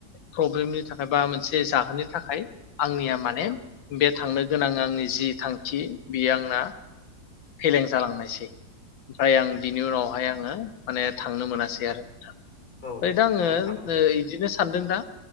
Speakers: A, on the left; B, on the left.
A: प्रब्लेमनि थाखाय बा मोनसे जाहोननि थाखाय आंनिया माने
B: औ
A: बे थांनो गोनां आंनि जि थांखि बेयो आंना फेलें जालांनायसै। ओमफ्राय आं बिनि उनावहाय आङो माने थांनो मोनासै। <unintelligible> ओ
B: औ नंगौ
A: दा आङो
B: नोंथां
A: इदिनो सानदों दा